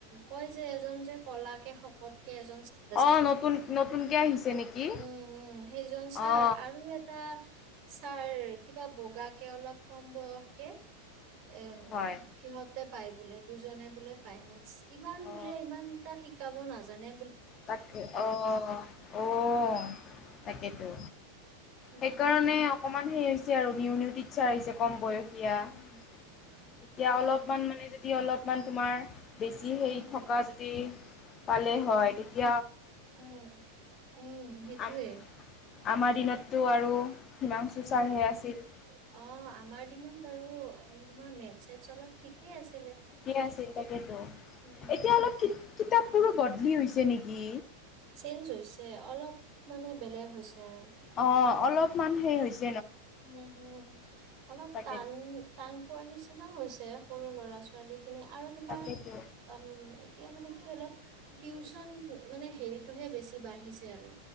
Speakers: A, on the right (about 40°); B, on the left (about 30°).
A: কয় যে এজন যে কলাকে শকত এজন ছাৰ আছিল
B: অ নতুন নতুনকে আহিছে নেকি
A: উম উ সেইজন ছাৰ
B: অ
A: আৰু এটা ছাৰ কিবা বগা কে অলপ কম বয়সকে এ
B: হয়
A: সিহঁতে পায় বোলে দুজনে বোলে টাইম ওৱেটছ ইমান
B: অ
A: বোলে ইমান এটা শিকাব নাজানো জানে
B: তাকে অহ অহ তাকেইতো
A: উম
B: সেইকাৰণে অকমান হেৰি হৈছে আৰু নিউ নিউ চাৰিছে কম <unintelligible>
A: উম, উম,
B: অলপমান তোমাৰ । বেছি
A: উম,
B: সেই থকা যদি পালে
A: উম,
B: হয় ।
A: উম উম সেইটয়ে
B: আম আমাৰ দিনততো আৰু হিমাং চুচাৰহে
A: উম।
B: আছিল
A: অ', আমাৰ দিনত বাৰু তোমাৰ মেথ চেট অলপ ঠিকে আছে
B: ঠিকে আছিল তাকেতো
A: উম,
B: এতিয়া অলপ কি কিতাপবোৰো বদলি হৈছে নেকি
A: চেঞ্জ হৈছে অলপ মানে বেলেগ হৈছে াৰ <unintelligible>
B: অঁ অলপমান সেই হৈছে ।
A: উম হম অলপ
B: তাকেতো
A: ান ান পোৱাৰ নিচিনা হৈছে সৰু ল'ৰা ছোৱালী স খিনি আৰু তোমাৰ
B: তাকেতো
A: উম এতিয়া মানে কি অলপ টিউচন মানে হেৰিতটোহে বেছি বাঢ়িছে আৰু